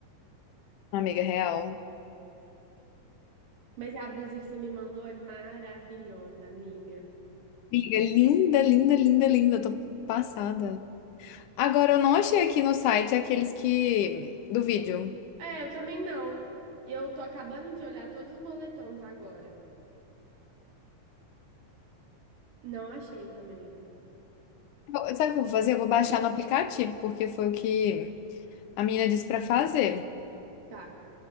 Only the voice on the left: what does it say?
amiga, real.
Amiga, linda, linda, linda, linda. Eu tô passada. Agora, eu não achei aqui no site aqueles que... do vídeo.
Eu- Sabe o que eu vou fazer? Eu vou baixar no aplicativo, porque foi o que a menina disse pra fazer.